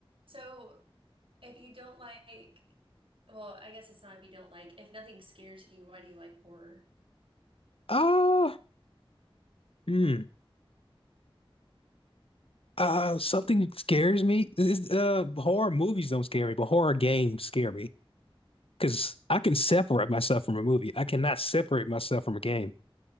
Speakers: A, on the right; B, on the left.
A: So if you don't like, well, I guess it's not if you don't like, if nothing scares you, why do you like horror?
B: Ah, hmm. Uh, something scares me. It's, uh, horror movies don't scare me, but horror games scare me because I can separate myself from a movie. I cannot separate myself from a game.